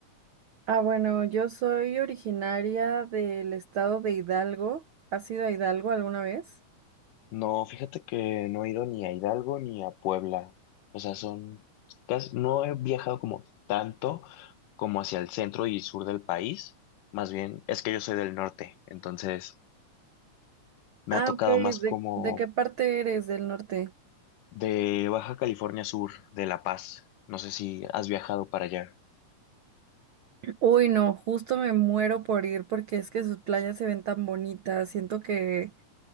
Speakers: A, on the right; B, on the left.
A: Ah, bueno, yo soy originaria del estado de Hidalgo. ¿Has ido a Hidalgo alguna vez?
B: No, fíjate que no he ido ni a Hidalgo ni a Puebla. O sea, son casi, no he viajado como tanto como hacia el centro y sur del país. Más bien, es que yo soy del norte, entonces Me
A: Ah,
B: ha tocado
A: ok. ¿De,
B: más como
A: de qué parte eres del norte?
B: de Baja California Sur, de La Paz. No sé si has viajado para allá.
A: Uy, no, justo me muero por ir porque es que sus playas se ven tan bonitas. Siento que